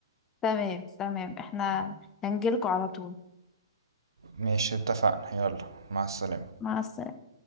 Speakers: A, on the left; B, on the right.
A: تمام تمام إحنا هنجيلكوا على طول
B: ماشي اتفقنا يلا مع السلامة
A: مع السلامة